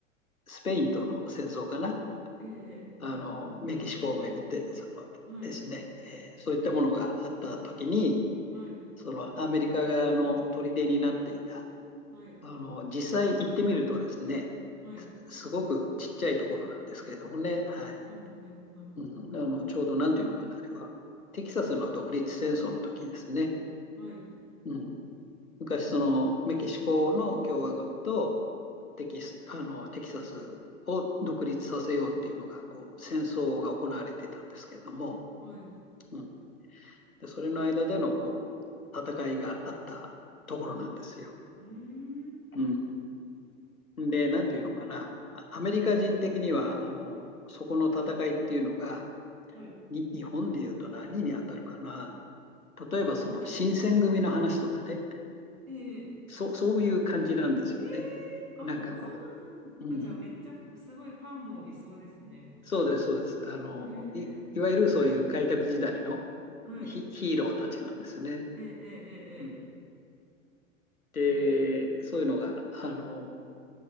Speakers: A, on the left; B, on the right.
A: スペインとの戦争かな、
B: ええ、ええ。ええ
A: あのメキシコをめぐってそ
B: はい、
A: ですね、えーそういったものがあった時に、
B: はい、
A: そのアメリカ側の砦になっていた
B: はい、
A: あの、実際行ってみるとですね、
B: はい、
A: すすごくちっちゃいところなんですけれどもね、はい。
B: はい、はい、はい、
A: うん、あの、ちょうどなんていうのかな、あれは。テキサスの独立戦争の時ですね。
B: はい、
A: うん、昔、その、メキシコの共和軍とテキス、あの、テキサスを独立させようっていうのが、こう、戦争が行われてたんですけれども、
B: はい、
A: うん、で、それの間での、こう、戦いがあったところなんですよ。
B: うーん、
A: うん、で、なんていうのかな、あアメリカ人的には、あの、そこの戦いっていうのが、
B: はい、
A: に、日本でいうと何に当たるかな。例えばその新選組の話とかね、
B: ええ
A: そう、そういう感じなんですよね。
B: ええあ、
A: なんかこ
B: そうなんだあ、
A: う、うん、
B: じゃあめっちゃすごいファンもいそうですね。
A: そうです、そうです。あの、
B: ええ
A: い、いわゆるそういう開拓時代の
B: はい、
A: ヒ、ヒーローたちなんですね。
B: ええええええ
A: うん、で、
B: なるほど、
A: そういうのが、あの、